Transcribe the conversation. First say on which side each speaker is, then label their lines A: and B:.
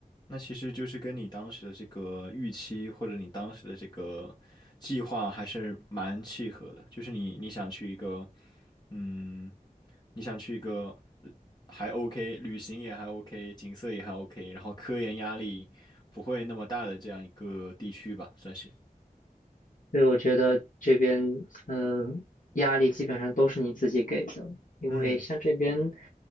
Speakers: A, on the left; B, on the left.
A: 那其实就是跟你当时的这个预期或者你当时的这个计划还是蛮契合的，就是你你想去一个，嗯，你想去一个呃还 OK，旅行也还 OK，景色也还 OK，然后科研压力不会那么大的这样一个地区吧，算是。
B: 所以我觉得这边嗯、压力基本上都是你自己给的，因为像这边
A: 嗯，